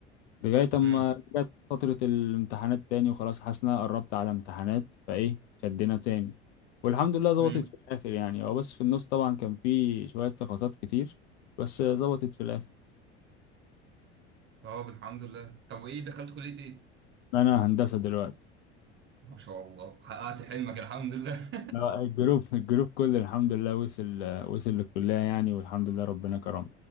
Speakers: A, on the left (about 70°); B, on the right (about 35°).
A: لغاية أما
B: مم.
A: جت فترة الامتحانات تاني وخلاص حاسس إن أنا قربت على امتحانات فإيه شدنا تاني والحمد لله ظبطت
B: مم.
A: في الآخر يعني هو بس في النص طبعا كان في شوية سقطات كتير بس ظبطت في الآخر
B: اه الحمد لله طب وايه دخلت كلية ايه؟
A: أنا هندسة دلوقتي
B: ما شاء الله حققت حلمك الحمد لله
A: لا، الجروب الجروب كله الحمد لله وصل وصل للكلية يعني والحمد لله ربنا كرمه